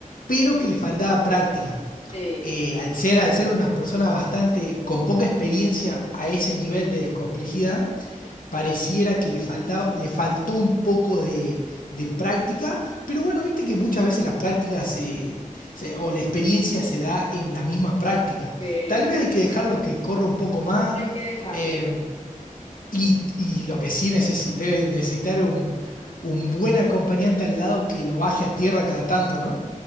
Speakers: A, on the left (about 80°); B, on the left (about 45°).
A: pero que le faltaba práctica.
B: Sí,
A: Eh, al ser, al ser una persona bastante con poca experiencia a ese nivel de complejidad, pareciera que le falta, le faltó un poco de, de práctica, pero bueno, viste que muchas veces la práctica se, se- o la experiencia se da en la misma práctica.
B: sí,
A: Tal vez hay que dejarlo que corra un poco más
B: hay que dejarlo.
A: eh, y, y lo que sí neces- debe necesitar un, un buen acompañante al lado que lo baje a tierra cada tanto, ¿no?